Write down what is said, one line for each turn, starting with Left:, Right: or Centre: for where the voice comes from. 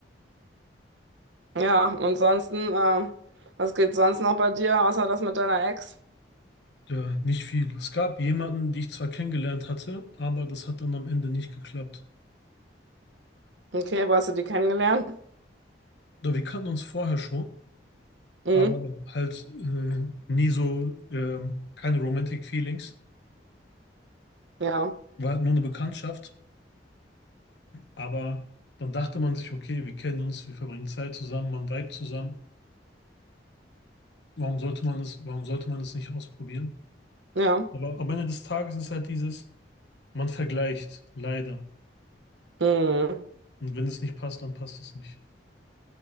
Right: Ja, und sonst, ähm, was geht sonst noch bei dir, außer das mit deiner Ex?
Left: ja, nicht viel. Es gab jemanden, die ich zwar kennengelernt hatte, aber das hat dann am Ende nicht geklappt.
Right: Okay, wo hast du die kennengelernt?
Left: Oder wir kannten uns vorher schon,
Right: Mhm.
Left: aber halt äh, nie so, ähm, keine Romantic Feelings.
Right: Ja,
Left: War halt nur eine Bekanntschaft. Aber dann dachte man sich, okay, wir kennen uns, wir verbringen Zeit zusammen, man vibet zusammen. Warum sollte man es, warum sollte man es nicht ausprobieren?
Right: ja.
Left: Aber am Ende des Tages ist halt dieses, man vergleicht, leider.
Right: Mhm.
Left: Und wenn es nicht passt, dann passt es nicht.